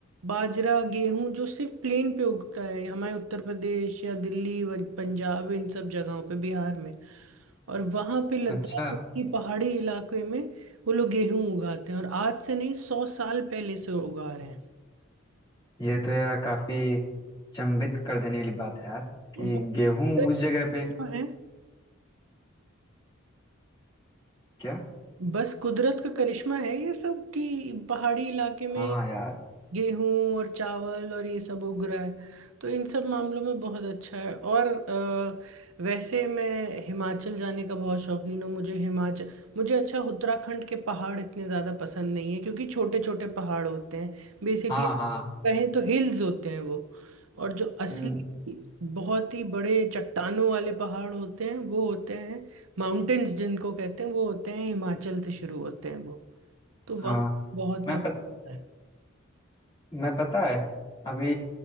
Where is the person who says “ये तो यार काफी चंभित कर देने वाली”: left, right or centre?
Left